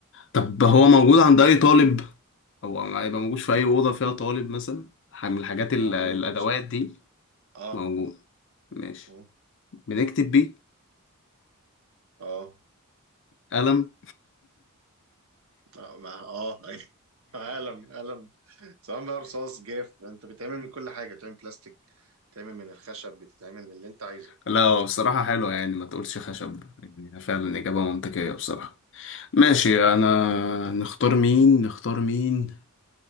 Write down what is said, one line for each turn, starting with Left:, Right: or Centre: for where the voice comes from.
Left: طب هو موجود عند اي طالب او هيبقى موجود في اي اوضه فيها طالب مثلا حاجة من الحاجات ال-
Right: موجود
Left: الادوات دي
Right: اه
Left: موجود ماشي
Right: اه
Left: بنكتب بيه
Right: اه
Left: قلم
Right: آه، ما- اه أيوة. قلم قلم سواء بقى رصاص جاف انت بتعمل من كل حاجه بتعمل بلاستيك بتعمل من الخشب بتعمل من اللي انت عايزه
Left: <laughs> لا هو بصراحة حلوة يعني ما تقولش خشب يعني فعلا إجابة منطقية بصراحة ماشي انا نختار مين نختار مين